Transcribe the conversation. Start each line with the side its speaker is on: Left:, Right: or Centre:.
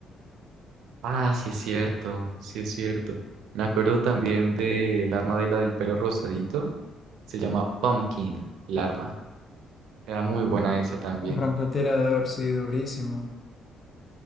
Right: Ah, sí es cierto, sí es cierto. Me acuerdo también del arma de la del pelo rosadito. Se llama Pumpkin, el arma. Era muy buena esa también.
Left: Un francotirador, sí, durísimo,